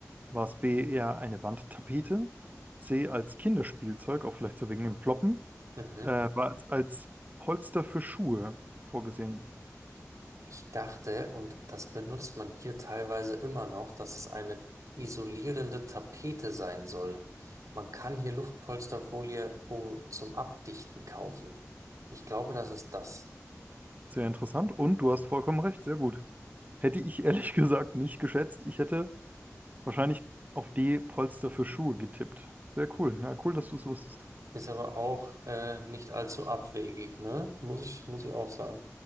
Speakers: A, on the right; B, on the right.
A: War es B, eher eine Wandtapete? C, als Kinderspielzeug, auch vielleicht so wegen dem Ploppen?
B: Mhm.
A: äh, war als, als Polster für Schuhe vorgesehen.
B: Ich dachte, und das benutzt man hier teilweise immer noch, dass es eine isolierende Tapete sein soll. Man kann hier Luftpolsterfolie um, zum Abdichten kaufen. Ich glaube, das ist das.
A: Sehr interessant und du hast vollkommen recht, sehr gut. Hätte ich ehrlich <laughs> gesagt nicht geschätzt. Ich hätte wahrscheinlich auf D Polster für Schuhe getippt. Sehr cool. Ja, cool, dass du es wusstest.
B: Ist aber auch äh, nicht allzu abwegig, ne? Muss ich, muss ich auch sagen.